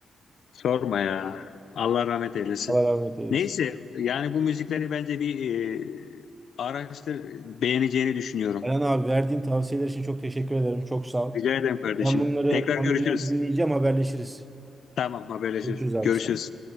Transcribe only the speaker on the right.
Allah rahmet eylesin.
Eren abi verdiğin tavsiyeler için çok teşekkür ederim. Çok sağ ol.
Ben bunları
ben bunları dinleyeceğim. Haberleşiriz.
Görüşürüz abi.